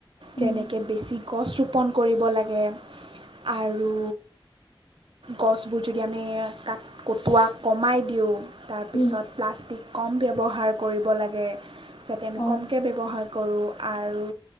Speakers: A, on the left; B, on the right.
A: উম,
B: যেনেকে বেছি গছ ৰোপন কৰিব লাগে আৰু গছবোৰ যদি আমি ক কটোৱা কমাই দিওঁ তাৰপিছত
A: উম,
B: প্লাষ্টিক কম ব্যৱহাৰ কৰিব লাগে যাতে আমি
A: অ',
B: কম কৈ ব্যৱহাৰ কৰোঁ আৰু